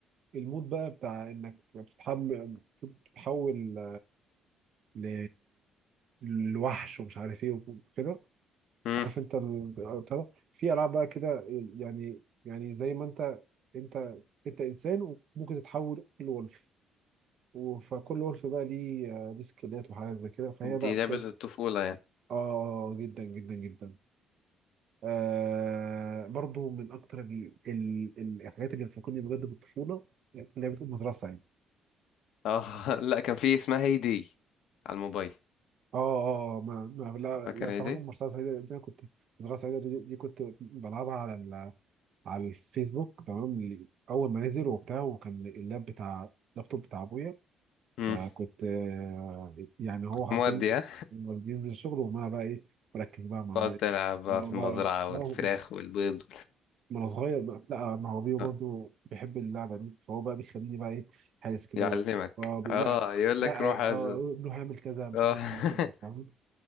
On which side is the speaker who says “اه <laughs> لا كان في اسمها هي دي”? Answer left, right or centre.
Left